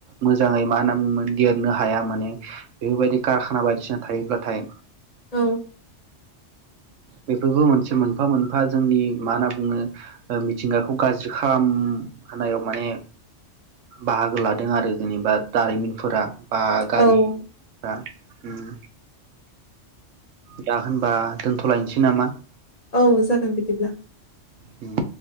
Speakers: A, on the right; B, on the left.
A: मोजाङै मा होनो देरनो हाया माने बेफोरबायदि कारखाना बायदिसिना थायोब्लाथाय।
B: औ
A: बेफोरबो मोनसे मोनफा मोनफा जोंनि मा होनना बुङो मिथिंगाखौ गाज्रि खालामहोयाव माने बाहागो लादों आरो जेनेबा दारिमिनफोरा बा गारिफ्रा
B: औ
A: उम दा होनबा दोनथ'लायनोसै नामा?
B: औ जागोन बिदिब्ला।
A: उम